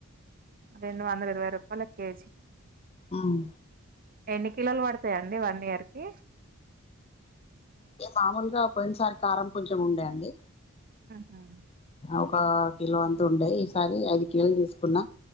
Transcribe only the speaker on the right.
రెండు వందల ఇరవై రూపాయల కేజీ
ఎన్ని కిలోలు పడతాయంండి వన్ ఇయర్ కి
ఆహా